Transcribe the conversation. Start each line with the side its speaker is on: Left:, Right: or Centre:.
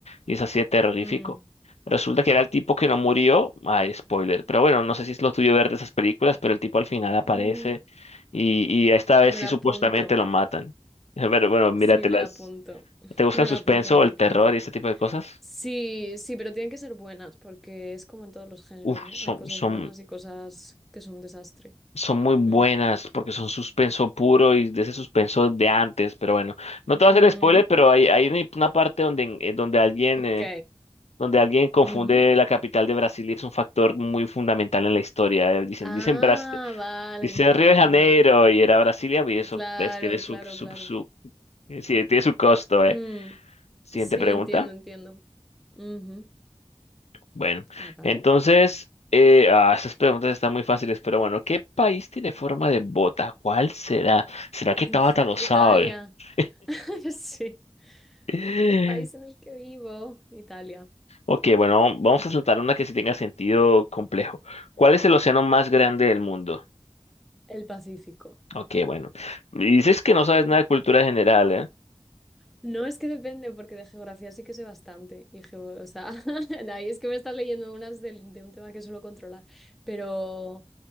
Left: y es así de terrorífico.
Centre: mm,
Left: Resulta que era el tipo que no murió, ay, spoiler, pero bueno, no sé si es lo tuyo ver de esas películas, pero el tipo al final aparece
Centre: mm.
Left: y, y esta vez
Centre: Me
Left: sí
Centre: la
Left: supuestamente
Centre: apunto.
Left: lo matan. <laughs> Pero bueno, míratelas.
Centre: Sí, me la apunto. <laughs>
Left: ¿Te gusta
Centre: Me
Left: el suspenso
Centre: la apunto, me la
Left: o el
Centre: apunto.
Left: terror y este tipo de cosas?
Centre: Sí, sí, pero tienen que ser buenas, porque es como en todos los géneros,
Left: Uf,
Centre: ¿no?
Left: son,
Centre: Hay cosas
Left: son,
Centre: buenas y cosas que son un desastre.
Left: son muy buenas
Centre: Mm.
Left: porque son suspenso puro y de ese suspenso de antes. Pero bueno, no te voy
Centre: Mm,
Left: a hacer spoiler, pero hay, hay una una parte donde, en- eh, donde alguien,
Centre: ok.
Left: eh, donde alguien confunde
Centre: Ujú.
Left: la capital de Brasil y es un factor muy fundamental en la historia. Eh, Dicen,
Centre: Ah,
Left: dicen, Bras-
Centre: vale,
Left: dicen
Centre: entiendo.
Left: Río de Janeiro y era Brasilia y eso
Centre: Claro,
Left: pues, tiene su,
Centre: claro,
Left: su,
Centre: claro.
Left: su, sí, tiene su costo, ¿eh?
Centre: Mm,
Left: Siguiente
Centre: sí,
Left: pregunta.
Centre: entiendo, entiendo. Ujú.
Left: Bueno,
Centre: Ah, vale.
Left: entonces, eh, ah, esas preguntas están muy fáciles, pero bueno, ¿qué país tiene forma de bota? ¿Cuál será? ¿Será que Tabata
Centre: Uf,
Left: lo
Centre: Italia.
Left: sabe? <gasps>
Centre: <laughs> Sí,
Left: <laughs>
Centre: el país en el que vivo, Italia,
Left: Ok, bueno, vamos a saltar una que sí tenga sentido complejo. ¿Cuál es el océano más grande del mundo?
Centre: el Pacífico.
Left: Ok, bueno. Dices que no sabes nada de cultura general, ¿eh?
Centre: No, es que depende, porque de geografía sí que sé bastante. Y geo- o sea, <laughs> de ahí es que me estás leyendo unas del- de, un tema que suelo controlar. Pero